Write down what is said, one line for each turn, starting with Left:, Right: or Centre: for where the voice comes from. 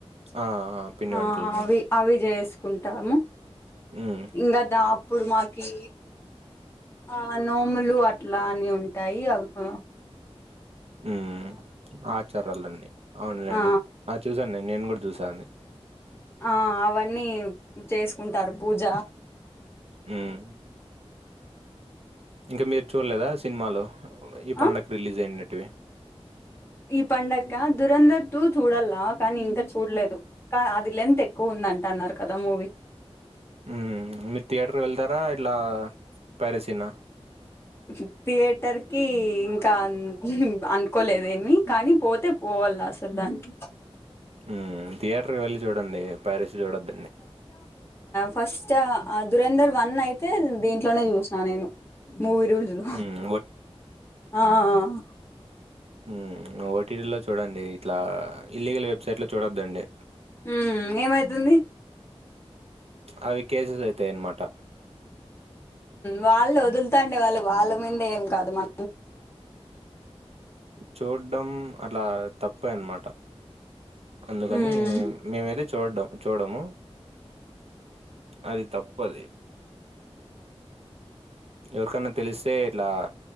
Left: !
Right: ఆ! పిండి
Left: ఆ
Right: వంటలన్నీ.
Left: అవి అవి జేస్. కుంటాము.
Right: హ్మ్.
Left: ఇంగదా. ప్పుడు మాకీ. ఆ నోములు అట్లా అని ఉంటాయి అవి కూడా.
Right: ఉమ్ ఆచారాలన్ని. అవున్లేండి
Left: ఆ
Right: ఆ చుసా నే నేనుగూడా జూసా అండి.
Left: ఆ అవన్నీ. చేసుకుంటారు పూజ.
Right: ఊమ్. ఇంకా మీర్ చూలేదా సినిమాలో. !? ఈ పండక్కీ
Left: ఆ
Right: రిలీజ్ అయిన్వె. టీ.
Left: ఈ పండక దురంధర్ టూ చూడల్లా కానీ ఇంకా చూడ్లేదు కా అది లెంత్ ఎక్. క్కువుందంటన్నారు కదా మూవీ. !
Right: ఊమ్. మీరు థియేటర్ వెళ్తారా ఇట్లా పైరసినా.? !
Left: ఉహు థియేటర్కి ఇంకా ఉహు అన్కోలేదేమి కానీ. పోతే పోవాల్లా అసల్ దాన్కి.
Right: ఊమ్. థియేటర్వెళ్ళి చూడండి, పైరిసీ చూడొద్దండి.
Left: ఫస్టా ఆ దురంధర్ వన్ అయితే దీంట్లోనే జాసిన నేను. మూవీ రూల్జూలో
Right: హ్మ్.
Left: ఆ. ఆహ్.
Right: ఊమ్ ఓటీటీలో చూడండి. ట్లా ఇల్లీగల్ వెబ్సైట్లో చూడొద్దండి.
Left: ఊ ఏమై. అీ
Right: అవి కేసెస్ అయితాయి అనమాట
Left: వాళ్ళు వదులుతాండి వాళ్ళు వాళ్ళ ందే ఏం కాదు మన
Right: చూడ్డం అలా తప్పేన్నమాట అందుకని
Left: ఉమ్
Right: మేమైతే చూడడాం చూడము అది తప్పది ఎవరికన్నా తెలిస్తే ఇట్లా